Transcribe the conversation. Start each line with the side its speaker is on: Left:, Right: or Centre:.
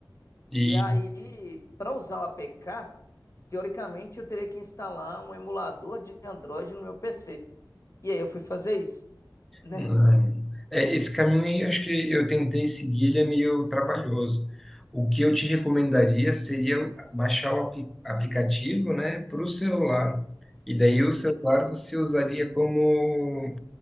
Centre: E
Left: E aí, para usar o APK, teoricamente eu teria que instalar um emulador de Android no meu PC. E aí eu fui fazer isso, né?
Centre: não. É, esse caminho aí, acho que eu tentei seguir, ele é meio trabalhoso. O que eu te recomendaria seria baixar o apli- aplicativo, né, para o celular. E daí o celular você usaria como,